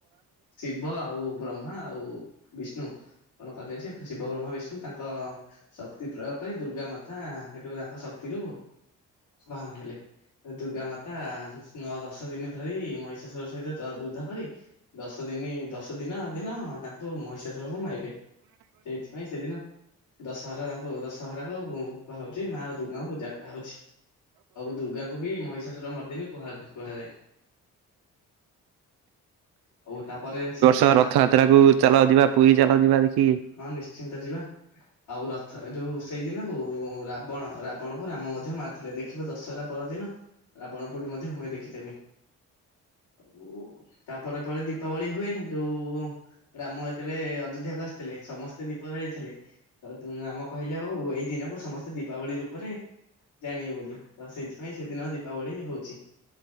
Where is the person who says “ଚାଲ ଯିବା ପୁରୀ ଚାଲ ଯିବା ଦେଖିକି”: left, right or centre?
Right